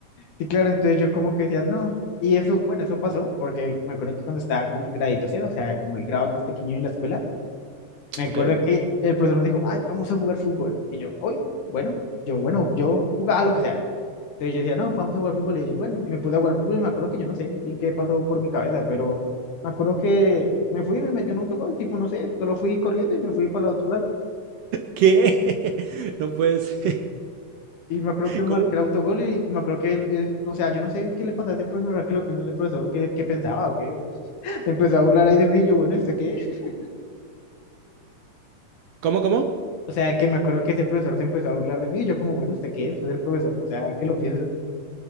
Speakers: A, on the left (about 75°); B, on the right (about 70°).
A: Sí, claro, entonces yo como que decía, no. Y eso, bueno, eso pasó porque me acuerdo que cuando estaba como en gradito cero, o sea, como el grado más pequeño en la escuela, me acuerdo
B: ¿Ok?
A: que el profesor nos dijo, ay, vamos a jugar fútbol. Y yo, hoy, bueno, yo, bueno, yo jugaba lo que sea. Entonces yo decía, no, vamos a jugar fútbol. Y ellos, bueno, y me puse a jugar fútbol y me acuerdo que yo no sé en qué pasó por mi cabeza, pero me acuerdo que me fui y me metí un autogol, tipo, no sé, solo fui corriendo y me fui para el otro lado.
B: ¿Qué? <laughs> No puedes. <laughs>
A: Y me acuerdo que marqué
B: ¿Cómo?
A: el autogol y me acuerdo que, él, él- o sea, yo no sé qué le pasaba a ese profesor, ahora que lo pienso de profesor, qué, qué pensaba o qué. o- sea, <laughs> Se empezó a burlar ahí de mí, y yo, bueno, ¿este qué? <laughs>
B: ¿Cómo? ¿Cómo?
A: O sea, que me acuerdo que ese profesor se empezó a burlar de mí, y yo como, bueno, ¿este qué es? Es el profesor, o sea, ¿qué lo piensa